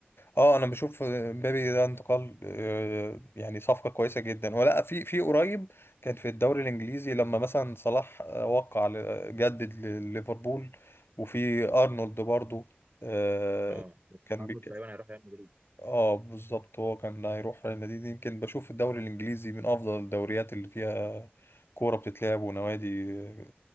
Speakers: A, on the left (about 70°); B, on the right (about 40°).
A: أه أنا بشوف مبابي ده انتقال آه، يعني صفقة كويسة جدا ولا في في قريب كان في الدوري الإنجليزي لما مثلا صلاح آه، وقع ل- جدد لليفربول وفي أرنولد برضو آه،
B: اه
A: كان
B: محمد
A: بي...
B: تقريبا هيروح ريال مدريد
A: اه بالظبط هو كان هيروح ريال مدريد يمكن بشوف الدوري الانجليزي من افضل الدوريات اللي فيها كورة بتتلعب ونوادي آه،